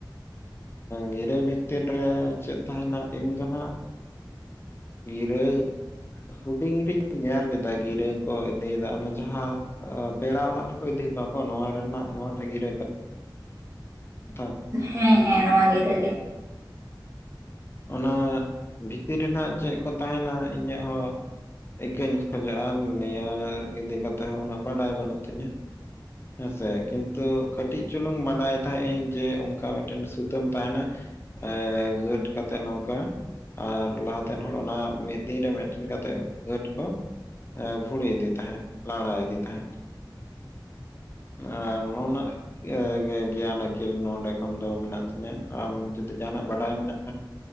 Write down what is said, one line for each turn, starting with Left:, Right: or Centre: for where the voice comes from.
Left: ᱜᱤᱨᱟᱹ ᱵᱷᱤᱛᱤᱨ ᱨᱮ ᱪᱮᱫ ᱛᱟᱦᱮᱱᱟ ᱤᱧ ᱫᱚ ᱱᱟᱜ ᱜᱤᱨᱟᱹ ᱦᱩᱰᱤᱧ ᱨᱤᱧ ᱧᱮᱞ ᱞᱮᱫᱟ ᱜᱤᱨᱟᱹ ᱠᱚ ᱤᱫᱤᱭᱮᱫᱟ ᱚᱱᱮ ᱡᱟᱦᱟᱸ ᱯᱮᱲᱟ ᱚᱲᱟᱜ ᱨᱮᱠᱚ ᱤᱫᱤ ᱦᱚᱴᱣᱟᱠᱚ ᱱᱚᱣᱟ ᱨᱮᱱᱟᱜ ᱱᱚᱣᱟᱴᱟᱜ ᱜᱤᱨᱟᱹ ᱠᱟ ᱠᱟᱛᱷᱟ
Right: ᱦᱮᱸ ᱦᱮᱸ ᱱᱚᱣᱟ ᱜᱤᱨᱟᱹ ᱜᱮ
Left: ᱚᱱᱟ ᱵᱷᱤᱛᱤᱨ ᱨᱮᱱᱟᱜ ᱪᱮᱫ‌ ᱠᱚ ᱛᱟᱦᱮᱱᱟ ᱤᱧᱟᱹᱜ ᱦᱚᱸ ᱤᱠᱟᱹᱧ ᱠᱷᱚᱡᱚᱜᱼᱟ ᱱᱤᱭᱟᱹ ᱤᱫᱤ ᱠᱟᱛᱮᱮᱫ ᱦᱚᱸ ᱩᱱᱟᱹᱜ ᱵᱟᱰᱟᱭ ᱵᱟᱹᱱᱩᱜ ᱛᱤᱧᱟᱹ ᱦᱮᱸᱥᱮ ᱠᱤᱱᱛᱩ ᱠᱟᱹᱴᱤᱡ ᱪᱩᱞᱩᱝ ᱵᱟᱰᱟᱭ ᱛᱟᱦᱮᱸᱜ ᱤᱧ ᱡᱮ ᱚᱱᱠᱟ ᱢᱤᱫᱴᱮᱱ ᱥᱩᱛᱟᱹᱢ ᱛᱟᱦᱮᱱᱟ ᱮᱸᱻ ᱜᱟᱺᱴ ᱠᱟᱛᱮ ᱱᱚᱝᱠᱟ ᱟᱨ ᱞᱟᱦᱟᱛᱮᱱ ᱦᱚᱲ ᱚᱱᱟ ᱢᱤᱫ ᱫᱤᱱ ᱨᱮ ᱢᱤᱫᱴᱮᱱ ᱠᱟᱛᱮᱫ ᱜᱟᱺᱴ ᱠᱚ ᱮᱸᱻ ᱵᱷᱩᱲᱤ ᱤᱫᱤ ᱛᱟᱦᱮᱸ, ᱞᱟᱲᱟ ᱤᱫᱤ ᱛᱟᱦᱮᱸ ᱟᱨ ᱱᱚᱣᱟ ᱨᱮᱱᱟᱜ ᱤᱭᱟᱹ ᱜᱮᱭᱟᱱ ᱟᱹᱠᱤᱞ ᱱᱚᱰᱮ ᱠᱷᱚᱱ ᱫᱚ ᱢᱮᱱᱟᱜ ᱛᱤᱧᱟᱹ ᱟᱢ ᱡᱩᱫᱤ ᱡᱟᱦᱱᱟᱜ ᱵᱟᱰᱟᱭ ᱢᱮᱱᱟᱜ ᱛᱟ